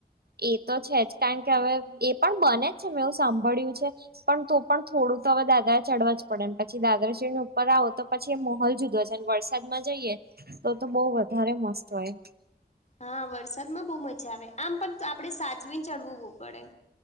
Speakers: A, on the right; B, on the left.
A: એ તો છે જ કારણ કે હવે એ પણ બને જ છે મેં એવુ સાંભળ્યું છે. પણ તો પણ થોડું તો હવે દાદરા ચડવા જ પડે ને પછી દાદરા ને ઉપર આવો તો પછી એ માહોલ જુદો હોય છે વરસાદમાં જઈએ તો તો બઉ વધારે મસ્ત હોય.
B: હા વરસાદમાં બહુ મજા આવે આમ પણ આપડણે સાચવીને ચડવું પડે.